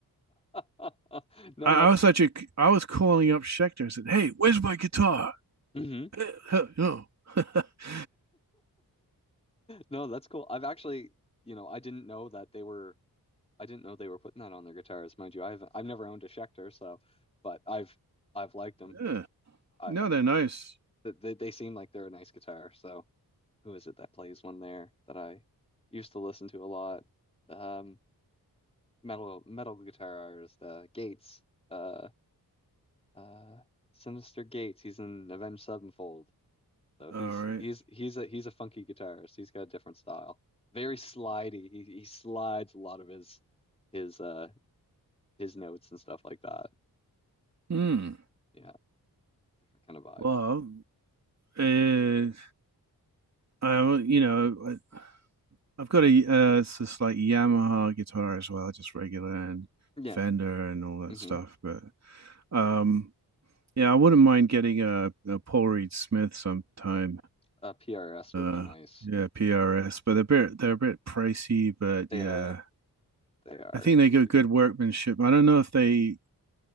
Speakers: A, on the left; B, on the right.
A: <laughs> No,
B: I,
A: that's
B: I was such a I was calling up Schecter and said, "Hey, where's my guitar?"
A: hmm
B: <laughs> no, <laughs>
A: No, that's cool. I've actually, you know, I didn't know that they were I didn't know they were putting that on their guitars, mind you. I've I've never owned a Schecter, so but I've I've liked them.
B: Yeah.
A: I
B: no, they're nice.
A: th- they, they seem like they're a nice guitar. So who is it that plays one there that I used to listen to a lot? Um, metal metal guitar artist uh, Gates, uh, uh, Sinister Gates. He's in Avenged Sevenfold, so he's
B: All right.
A: he's he's a he's a funky guitarist. He's got a different style, very slidey. He he slides a lot of his his uh his notes and stuff like that.
B: Hmm.
A: Yeah. different kind of vibe.
B: Well, uh, I you know I, I've got a uh, it's this like Yamaha guitar as well, just regular and
A: Yeah.
B: Fender and all that
A: hmm
B: stuff. But um, yeah, I wouldn't mind getting a, a Paul Reed Smith sometime.
A: A PRS
B: Uh,
A: would be nice.
B: yeah, PRS, but they're a bit they're a bit pricey, but
A: They
B: yeah,
A: are. They are
B: I think
A: indeed.
B: they got good workmanship. I don't know if they,